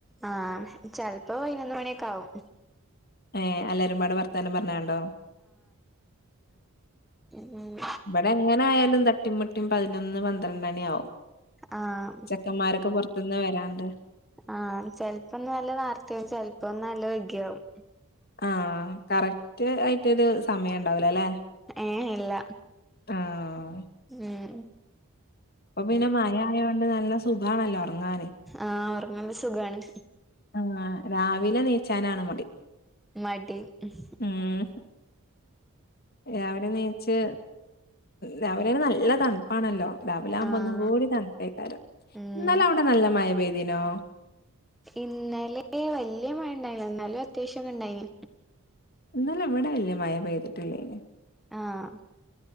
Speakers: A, in the centre; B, on the left.
A: ആഹ ചിൽപ്പോ പൈനൊന്ന് മണിയൊക്കെ ആവും.
B: ഏ എല്ലാരുംപാടെ വർത്താനം പറഞ്ഞാ ണ്ടോ?
A: ഉംഹും
B: ബടെ എങ്ങനെ ആയാലും തട്ടിം മുട്ടിയും പതിനൊന്ന്, പന്ത്രണ്ട്ണിയ ആവും.
A: ആഹ്
B: ചെക്കന്മാരൊക്കെ പോറ്ത്ത്ന്ന് വരാണ്ട്.
A: ആഹ ചിൽപ്പോന്ന് നല്ലനാർത്തയാവും ചിൽപ്പോന്ന് നല്ല വെഗിയാവും.
B: ആഹ കറക്റ്റ് ആയിറ്റോരു സമയം ണ്ടാവുലല്ലെ?
A: ഏ ഇല്ല.
B: ആഹ്
A: ഹു ഉും
B: അപ്പൊ പിന്നെ മഴ ആയ കൊണ്ട് നല്ല സുകാണല്ലോ ഉറങ്ങാന്
A: ആഹ് ഉറങ്ങല് സുഖാണ്
B: ആ രാവിലെ നീച്ചാനാണ് മടി
A: മടി ഉം
B: ഉം രാവിലെ നീച്ച് രാവിലെെന് നല്ല തണപ്പാണല്ലോ രാവിലാവകുമ്പോ
A: ആഹ്
B: ഒന്നും കൂടി തണപൈകാരം
A: ഉം
B: ഇന്നല അവിടെ നല്ല മഴ പെയ്തിനോ
A: ഇന്നലെ വലിയ മഴ ഇണ്ടായില്ല എന്നാലും അത്യാവശ്യംക്കെ ഉണ്ടായിന്
B: ഇന്നലെ ഇവിടെവെല്ല്യ മഴ പെയ്തിട്ടില്ലേന്
A: ആഹ്